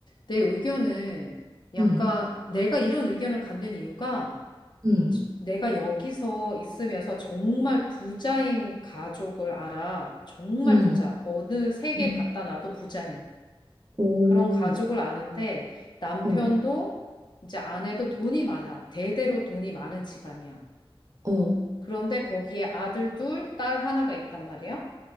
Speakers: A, on the left (about 50°); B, on the right (about 35°).
A: 내 의견은 약간
B: 음,
A: 내가 이런 의견을 갖는 이유가
B: 음,
A: 내가 여기서 있으면서 정말 부자인 가족을 알아. 정말
B: 음,
A: 부자. 어느 세계
B: 음,
A: 갖다 놔도 부자인
B: 오,
A: 그런 가족을 아는데 남편도
B: 어,
A: 이제 아내도 돈이 많아. 대대로 돈이 많은 집안이야.
B: 어,
A: 그런데 거기에 아들 둘, 딸 하나가 있단 말이야.